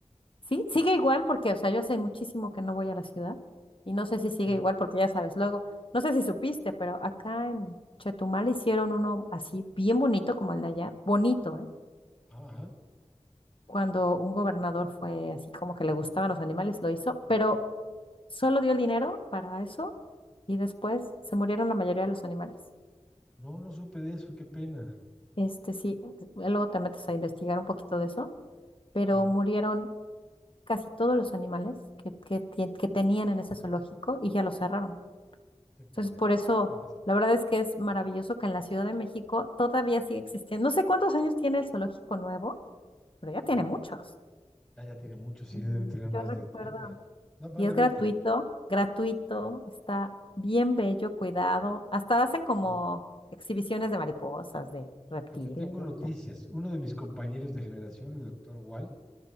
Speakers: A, on the left (about 50°); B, in the centre.
A: Sí, sigue igual porque, o sea, yo hace muchísimo que no voy a la ciudad y no sé si sigue
B: Sí.
A: igual porque ya sabes, luego, no sé si supiste, pero acá en Chetumal hicieron uno así bien bonito como el de allá, bonito, ¿eh?
B: Ajá.
A: Cuando un gobernador fue así como que le gustaban los animales, lo hizo, pero solo dio el dinero para eso y después se murieron la mayoría de los animales.
B: No, no supe de eso, qué pena.
A: Este sí, eh, luego te metes a investigar un poquito de eso, pero
B: Claro,
A: murieron casi todos los animales que, que, tien- que tenían en ese zoológico y ya lo cerraron.
B: qué pena.
A: Entonces, por eso,
B: Qué pena, sí.
A: la verdad es que es maravilloso que en la Ciudad de México todavía sigue existiendo. No sé cuántos años tiene el zoológico nuevo, pero ya
B: Ajá.
A: tiene muchos.
B: Ya, ya tiene mucho, sí,
A: Y
B: debe tener más
A: Yo recuerdo.
B: de 30. No, más
A: Y es
B: de 20.
A: gratuito, gratuito, está bien bello, cuidado. Hasta hacen como
B: Sí.
A: exhibiciones de mariposas, de reptiles,
B: Pues te tengo
A: de
B: noticias.
A: no sé.
B: Uno de mis compañeros de generación, el doctor Wall,